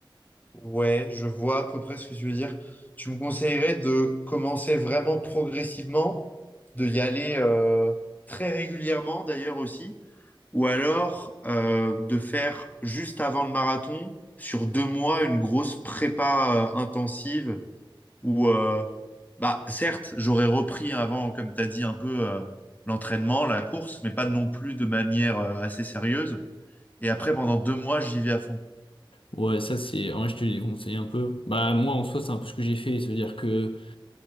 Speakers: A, on the left; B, on the left.
A: Ouais, je vois à peu près ce que tu veux dire. Tu me conseillerais de commencer vraiment progressivement, de y aller euh, très régulièrement d'ailleurs aussi, ou alors euh, de faire juste avant le marathon, sur deux mois, une grosse prépa euh, intensive où, euh, bah, certes, j'aurais repris avant, comme tu as dit, un peu euh, l'entraînement, la course, mais pas non plus de manière euh, assez sérieuse. Et après, pendant deux mois, j'y vais à fond.
B: Ouais, ça c'est. En vrai, je te l'ai conseillé un peu. Bah moi, en soi, c'est un peu ce que j'ai fait. Ça veut dire que